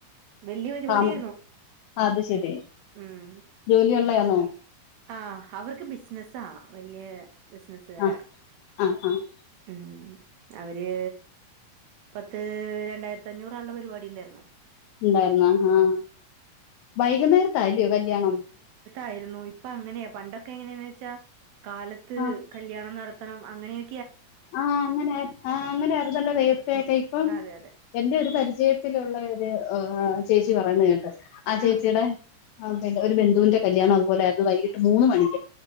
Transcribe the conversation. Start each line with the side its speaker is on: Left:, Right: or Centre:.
Right: വല്യ പരിപാടിയായിരുന്നു
Left: ആ ആ അത് ശെരി
Right: ഉം
Left: ജോലിയൊള്ളയാണോ
Right: ആ അവർക്ക് ബിസ്നെസ്സാ വല്ല്യ ബിസിനസുകാരാ
Left: ആഹ് ആഹ് ആഹ്
Right: ഉം അവര് പത്ത് രണ്ടായിരത്തഞ്ഞൂറാളുടെ പരിപാടി ഉണ്ടായിർന്നു
Left: ഉണ്ടായിുന്ന ആഹ് വൈകുന്നേരത്താ അല്യോ കല്യാണം
Right: ആയിരുന്നു ഇപ്പൊ അങ്ങനെയാ പണ്ടൊക്കെ എങ്ങനെയാന്ന് വെച്ചാ കാലത്ത്
Left: ആഹ്
Right: കല്യാണം നട ആ അങ്ങനെയെ
Left: ആഹ് അങ്ങനെ ആ അങ്ങനെ ആരുന്നല്ലോ നേർത്തയക്കെ
Right: ഉം
Left: ഇപ്പം
Right: അതെ അതെ
Left: എന്റെ ഒരു പരിചയത്തിലുള്ള- ഒര് ചേച്ചി പറയുന്ന കേ ആ ചേചീടെ-
Right: ആഹ്
Left: ആ അതെന്റെ ഒരു ബന്ധുവിന്റെ കല്യാണം അതു പോല ആയിരുന്നു വൈകി്ട് മൂന്ന് മണിക്ക് -